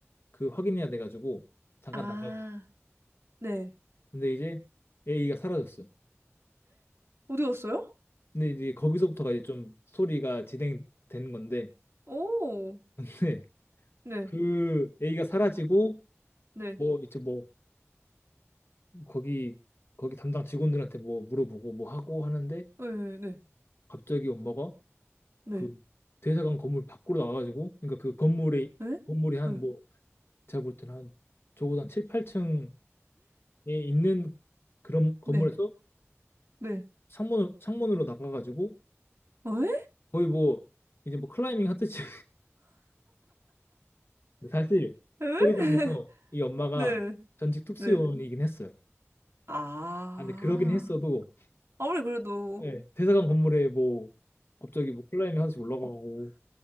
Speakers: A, on the left; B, on the right.
A: 그 확인해야 돼가지고 잠깐
B: 아,
A: 나가고.
B: 네.
A: 근데 이제 A가 사라졌어요.
B: 어디 갔어요?
A: 근데 이제 거기서부터가 이제 좀 스토리가 진행되는 건데
B: 오,
A: <laughs> 네,
B: 네,
A: 그 A가 사라지고
B: 네,
A: 뭐 이제 뭐 거기 거기 담당 직원들한테 뭐 물어보고 뭐 하고 하는데
B: 네, 네,
A: 갑자기 엄마가
B: 네,
A: 그 대사관 건물 밖으로 나가가지고 그러니까 그 건물에
B: 네,
A: 건물이 한
B: 네,
A: 뭐 제가 볼 때는 한 적어도 한 7, 8층에 있는 그런 건물에서
B: 네, 네,
A: 창문 창문으로 나가가지고
B: 어, 에?
A: 거의 뭐 이제 뭐 클라이밍 하듯이 <laughs> 사실
B: 에?
A: 소리장에서
B: <laughs>
A: 이 엄마가
B: 네,
A: 전직 특수요원이긴
B: 네.
A: 했어요.
B: 아,
A: 아, 근데 그러긴 했어도
B: 아무리 그래도,
A: 예, 대사관 건물에 뭐 갑자기 뭐 클라이밍 하듯이 올라가고